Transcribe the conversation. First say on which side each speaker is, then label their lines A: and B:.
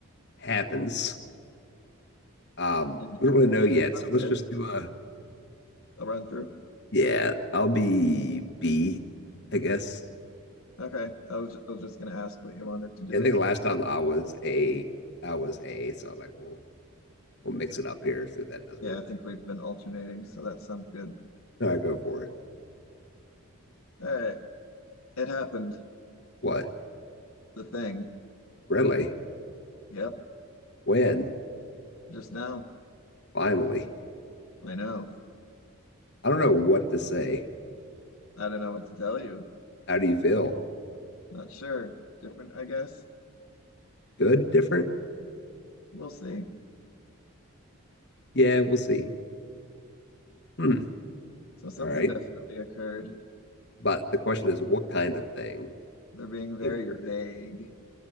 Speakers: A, on the left; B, on the left.
A: happens. Um,
B: And
A: we don't really
B: indeed,
A: know yet.
B: something
A: So let's
B: did.
A: just do a
B: I'll run through.
A: Yeah, I'll be B, I guess.
B: Okay, I was I was just gonna ask what you wanted to do.
A: I think last time I was A, I was A, so I'm like, well, we'll mix it up here, see if that does
B: Yeah,
A: anything.
B: I think we've been alternating, so that sounds good.
A: So I go for it.
B: All right, it happened.
A: What?
B: The thing.
A: Really?
B: Yep,
A: When?
B: just now.
A: Finally.
B: I know.
A: I don't know what to say.
B: I don't know what to tell you.
A: How do you feel?
B: Not sure. Different, I guess.
A: Good? Different?
B: We'll see.
A: Yeah, we'll see. Hmm.
B: So something
A: All right.
B: definitely occurred.
A: But the question is, what kind of thing?
B: They're being very
A: Encourage.
B: vague.